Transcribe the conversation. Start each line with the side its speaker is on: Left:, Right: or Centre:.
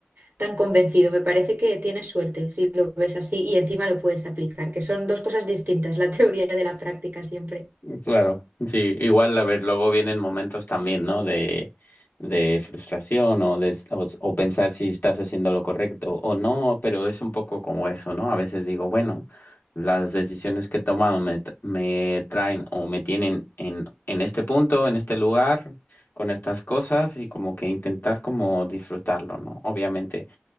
Right: tan convencido. Me parece que tienes suerte si lo ves así y encima lo puedes aplicar, que son dos cosas distintas, la <laughs> teoría de la práctica siempre.
Left: Claro, sí, igual a ver, luego vienen momentos también, ¿no? De, de frustración o, de, o, o pensar si estás haciendo lo correcto o no, pero es un poco como eso, ¿no? A veces digo, bueno, las decisiones que he tomado me, t- me traen o me tienen en, en este punto, en este lugar, con estas cosas y como que intentar como disfrutarlo, ¿no? Obviamente